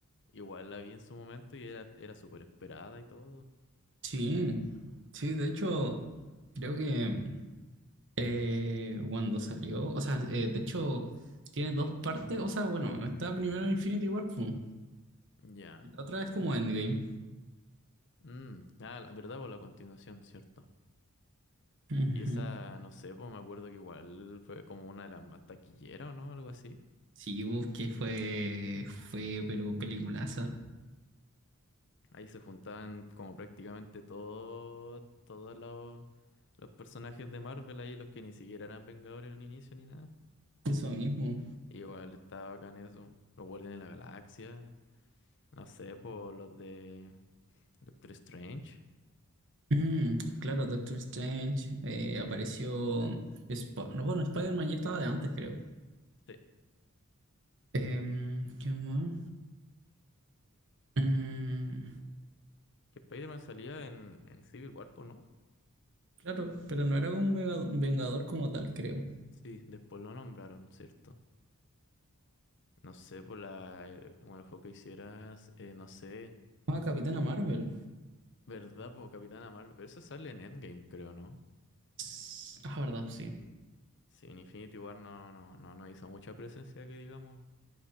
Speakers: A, on the left; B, on the right.
A: igual la vi en su momento y era, era súper esperada y todo.
B: Sí, sí, de hecho, creo que eh, cuando salió, o sea, eh, de hecho, tiene dos partes, o sea, bueno, está primero Infinity War, pu,
A: Ya.
B: y la otra es como Endgame.
A: Mm, ah, la verdad, por la continuación, ¿cierto?
B: Ujú.
A: Y esa, no sé, pues me acuerdo que igual fue como una de las más taquilleras, ¿o no? Algo así.
B: Sí, busqué, fue, fue, pero peliculaza.
A: Ahí se juntaban como prácticamente todo- todos los, los personajes de Marvel ahí, los que ni siquiera eran Vengadores en un inicio ni nada.
B: Eso mismo.
A: Igual estaba bacán eso. Los Guardianes de la Galaxia, no sé, por los de Doctor Strange.
B: Mm, claro, Doctor Strange eh, apareció. Sp- no, bueno, Spider-Man ya estaba de antes, creo.
A: Sí,
B: Em, ¿qué más? Mm,
A: Que Spider-Man salía en, en Civil War, po, ¿no?
B: claro, pero no era un vega- un vengador como tal, creo.
A: Sí, después lo nombraron, ¿cierto? No sé, por la, el- bueno, el juego que hicieras, eh, no sé,
B: Ah, Capitana Marvel.
A: ¿verdad? Por Capitana Marvel, pero eso sale en Endgame, creo, ¿no?
B: S- Ah, verdad, sí.
A: Sí, en Infinity War no, no, no, no hizo mucha presencia, que digamos.